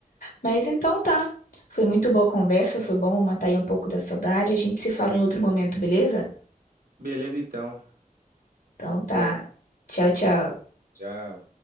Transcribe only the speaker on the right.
Beleza, então.
Até.
Tchau.